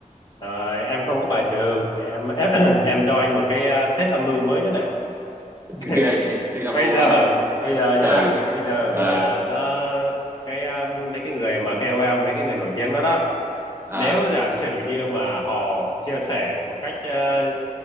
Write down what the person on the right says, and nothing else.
<laughs>
ghê vậy thuyết âm
mưu
luôn
ừ
ừ
à